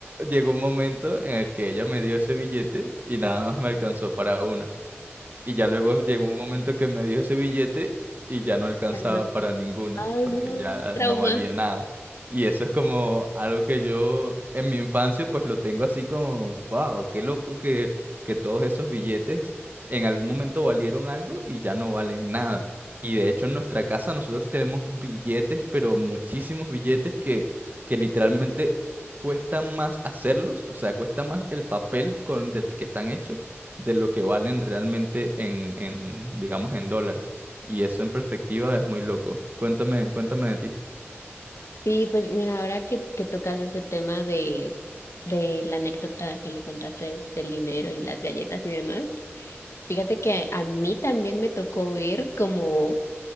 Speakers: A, on the right (about 40°); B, on the left (about 80°).
A: llegó un momento en el que ella me dio ese billete y nada más me alcanzó para una. Y ya luego llegó un momento que me dio ese billete y ya no alcanzaba
B: Ya no.
A: para ninguna,
B: ay,
A: porque
B: no,
A: ya
B: qué trauma.
A: no valía nada. Y eso es como algo que yo en mi infancia pues lo tengo así como, wow, qué loco que, que todos esos billetes en algún momento valieron algo y ya no valen nada. Y de hecho en nuestra casa nosotros tenemos billetes, pero muchísimos billetes que, que literalmente cuesta más hacerlos, o sea, cuesta más el papel con del que están hechos de lo que valen realmente en, en, digamos, en dólares. Y eso en perspectiva es muy loco. Cuéntame, cuéntame de ti.
B: Sí, pues mira, ahora que, que tocas ese tema de, de la anécdota que me contaste del dinero y las galletas y demás, fíjate que a mí también me tocó ver como